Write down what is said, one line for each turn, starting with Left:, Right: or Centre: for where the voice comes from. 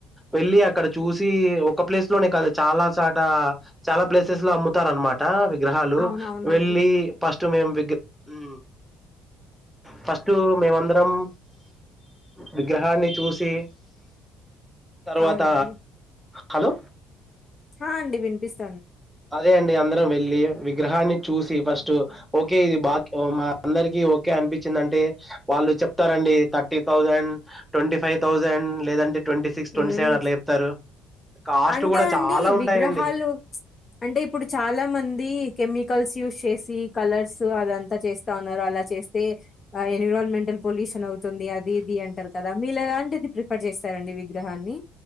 Centre: వెళ్ళి అక్కడ చూసి ఒక ప్లేస్ లోనే కాదు చాలా చట చాలా ప్లేసెస్ లో అమ్ముతారు అనమాట గ్రహాలు
Left: అవునవునండి.
Centre: వెళ్ళి ఫస్ట్ మేము వి ఉ ఫస్ట్ మేమందరం విగ్రహాన్ని చూసి తర్వాత
Left: అవునండి.
Centre: హలో
Left: హా అండి వినిపిస్త
Centre: అదే అండి అందరం వెళ్లి విగ్రహాన్ని చూసి ఫస్ట్ ఓకే ఇది బా మా అందరికి ఓకే అనిపించింది అంటే వాళ్ళు చెప్తారంండి thirty thousand twenty five thousand లేదంటే ట్వంటీ సిక్స్ ట్వంటీ
Left: హ్మ్.
Centre: సెవెన్ అట్లా చెప్తారు కాస్ట్
Left: అంటే
Centre: కూడా
Left: అండి
Centre: చాలా ఉంటాయంండి
Left: విగ్రహాలు అంటే ఇప్పుడు చాలా మంది కెమికల్స్ యూస్్ చేసి కలర్స్ అదంతా చేస్తా ఉన్నారు అలా చేస్తే ఎన్విరాన్మెంటల్ పొల్యూషన్ అవుతుంది అది ఇది అంటారు కదా మీళలాంటిది ప్రిఫర్ చేస్తారండి విగ్రహాన్ని?